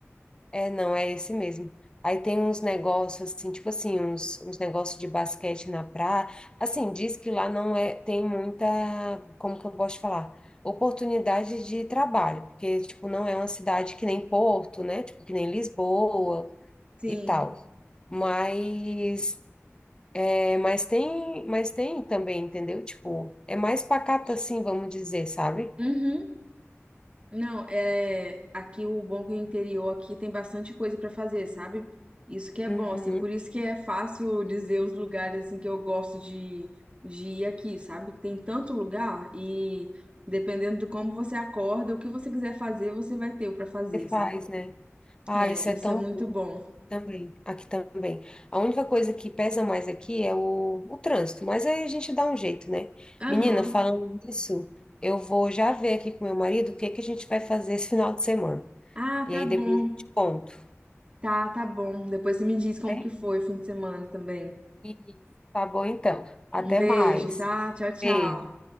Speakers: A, on the left; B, on the right.
A: É, não, é esse mesmo. Aí tem uns negócios assim, tipo assim, uns, uns negócios de basquete na praia. Assim, diz que lá não é, tem muita, como que eu posso te falar? Oportunidade de trabalho, porque, tipo, não é uma cidade que nem Porto, né? Tipo, que nem Lisboa
B: Sim.
A: e tal. Mas, é, mas tem, mas tem também, entendeu? Tipo, é mais pacato assim, vamos dizer, sabe?
B: Uhum. Não, é aqui o bom é que o interior aqui tem bastante coisa para fazer, sabe? Isso que é bom,
A: Uhum.
B: assim, por isso que é fácil dizer os lugares assim que eu gosto de, de ir aqui, sabe? Que Tem tanto lugar e dependendo de como você acorda, o que você quiser fazer, você vai ter o para fazer,
A: Você
B: sabe?
A: faz, né? Ah,
B: É,
A: isso
B: isso
A: é tão
B: é muito bom.
A: Também, aqui também. A única coisa que pesa mais aqui é o, o trânsito, mas aí a gente dá um jeito, né?
B: Aham.
A: Menina, falando nisso, eu vou já ver aqui com meu marido o que que a gente vai fazer esse final de semana.
B: Ah,
A: E
B: tá
A: aí
B: bom.
A: depois eu te conto,
B: Tá, tá bom. Depois você me diz como
A: né?
B: que foi o fim de semana também.
A: E tá bom então. Até
B: Um beijo,
A: mais.
B: tá? Tchau, tchau.
A: Beijo.